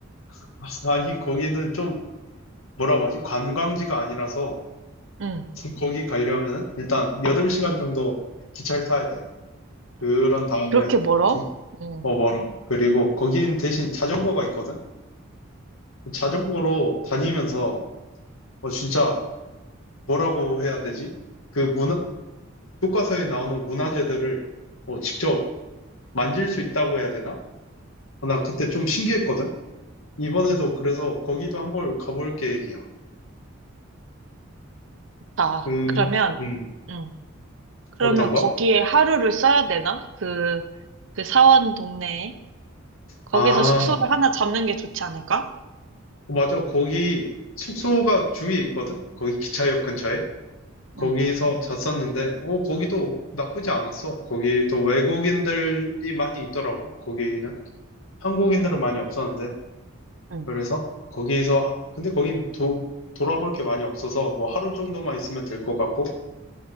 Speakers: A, on the left; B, on the right.
A: <laughs> 아니 거기는 좀 뭐라고 하지? 관광지가 아니라서
B: 응.
A: <laughs> 거기 가려면 일단 8시간 정도 기차를 타야 돼. 그런 다음에
B: 그렇게 멀어?
A: 그-
B: 응.
A: 어 멀어. 그리고 거긴 대신 자전거가 있거든. 자전거로 다니면서 어 진짜 뭐라고 해야 되지? 그 문화 교과서에 나오는 문화재들을 뭐 직접 만질 수 있다고 해야 되나? 어, 나 그때 좀 신기했거든? 이번에도 그래서 거기도 한번 가볼 계획이야.
B: 아,
A: 음,
B: 그러면
A: 음,
B: 응. 그러면
A: 어떤가?
B: 거기에 하루를 써야 되나? 그 그 사원 동네에 거기서
A: 아,
B: 숙소를 하나 잡는 게 좋지 않을까?
A: 맞아. 거기 숙소가 주위에 있거든? 거기 기차역 근처에? 거기서
B: 응,
A: 잤었는데, 어, 거기도 나쁘지 않았어. 거기도 외국인들이 많이 있더라고, 거기는. 한국인들은 많이 없었는데.
B: 응,
A: 그래서 거기에서 근데 거긴 도, 돌아볼 게 많이 없어서 뭐 하루 정도만 있으면 될 것 같고